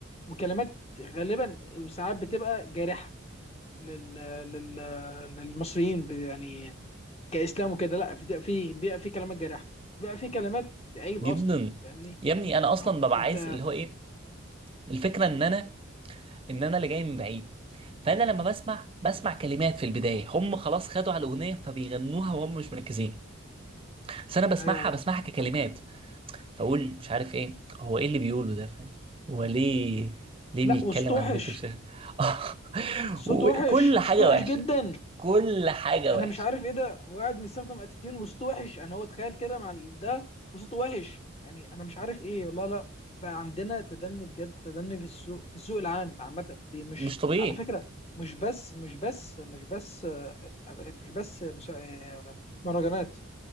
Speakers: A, on the left; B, on the right.
A: وكلمات غالبا وساعات بتبقى جارحه لل لل للمصريين ب- يعني كاسلام وكده لا في في بيبقى في كلمات جارحه بيبقى في كلمات عيب
B: جدا
A: اصلا فاهمني
B: يا ابني انا اصلا
A: اه فانت
B: ببقى عايز اللي هو ايه الفكرة ان انا ان انا اللي جاي من بعيد فانا لما بسمع بسمع كلمات في البداية هم خلاص خدوا على الاغنية فبيغنوها وهم مش مركزين بس انا بسمعها
A: ايوه ايوه
B: بسمعها ككلمات فاقول مش عارف ايه هو ايه اللي بيقوله ده فاهم هو ليه ليه
A: لا
B: بيتكلم
A: وصوت وحش
B: عن البنت بشكل <laughs>
A: صوت
B: وكل
A: وحش
B: حاجه
A: صوت وحش
B: وحشه
A: جدا
B: كل حاجه
A: انا
B: وحشه
A: مش عارف ايه ده وقاعد مستخدم اتيتيون وصوته وحش انا هو اتخيل كده مع ال- ده وصوته وحش يعني انا مش عارف ايه والله لا بقى عندنا تدني بجد تدني في السوق في السوق العام عامه دي مش
B: مش طبيعي
A: على فكره مش بس مش بس مش بس آه، مش بس مس- آه، مهرجانات